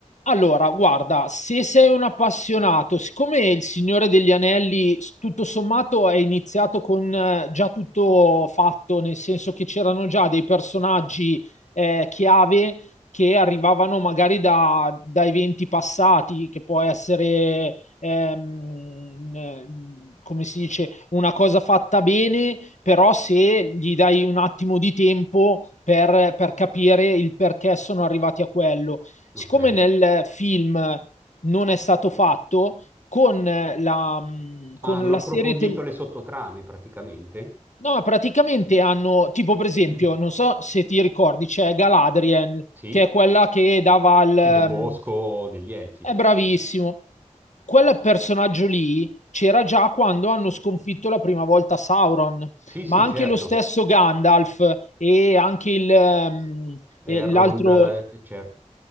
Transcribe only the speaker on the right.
Ok.
Ah, hanno
approfondito
le sottotrame praticamente. <clears throat>
Mm.
Sì,
sì, del bosco, degli elfi.
Sì, sì,
certo.
Elrond,
eh, certo.